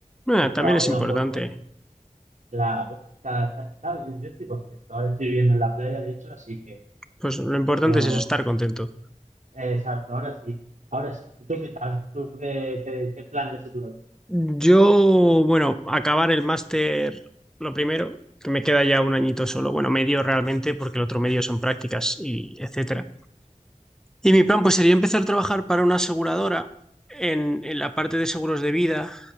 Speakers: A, in the centre; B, on the right (about 65°).
A: eh,
B: He estado,
A: también es
B: he
A: importante.
B: dado for- Claro, está, está, está bien, yo estoy contento. Ahora estoy viviendo en la playa, de hecho, así que
A: Pues lo importante
B: yo,
A: es eso, estar contento.
B: eh, exacto, ahora sí, ahora sí. ¿Y tú qué tal? ¿Tú qué, qué, qué plan de futuro tienes?
A: Yo, bueno, acabar el máster lo primero, que me queda ya un añito solo, bueno, medio realmente, porque el otro medio son prácticas y etcétera. Y mi plan pues sería empezar a trabajar para una aseguradora en, en la parte de seguros de vida,